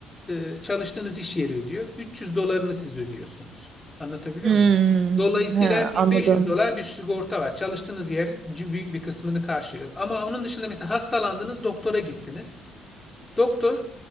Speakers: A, on the left; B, on the right.
A: e, çalıştığınız iş yeri ödüyor. 300 dolarını siz ödüyorsunuz. Anlatabiliyor
B: Hmm,
A: muyum? Dolayısıyla
B: he,
A: 1500
B: anladım.
A: dolar bir sigorta var. Çalıştığınız yer c- büyük bir kısmını karşılıyor. Ama onun dışında mesela hastalandınız, doktora gittiniz. Doktor